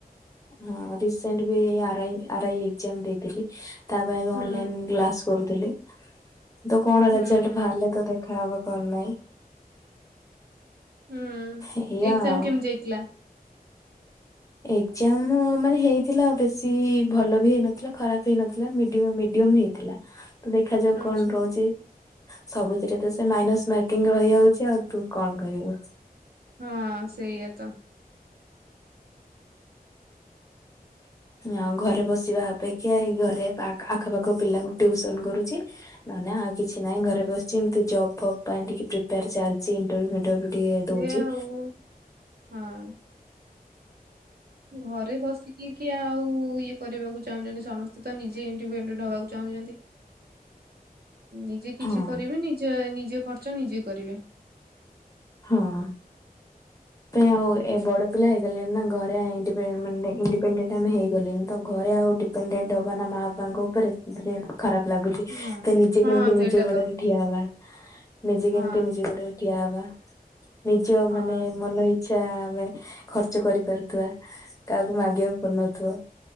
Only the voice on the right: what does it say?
ହୁଁ
ହୁଁ
ହୁଁ
ଏକ୍ଜାମ୍
କେମିତି ଯାଇଥିଲା?
ଆଚ୍ଛା।
ହୁଁ ସେଇଆ ତ।
ସେଇଆ
ଆଉ। ହଁ ଘରେ ବସିି କି କିଏ ଆଉ ଇଏ କରିବାକୁ ଚାହୁଁଚନ୍ତି, ସମସ୍ତେ ତ ନିଜେ ଇଣ୍ଡିପେନ୍ଡେଣ୍ଟ ହବାକୁ ଚାହୁଁଚନ୍ତି। ନିଜେ କିଛି
କରିବେ, ନିଜେ-ନିଜେ ଖର୍ଚ୍ଚ ନିଜେ କରିବେ।
ହଁ
ହଁ
ସେଇଟା
ତ।
ହଁ
ହଁ।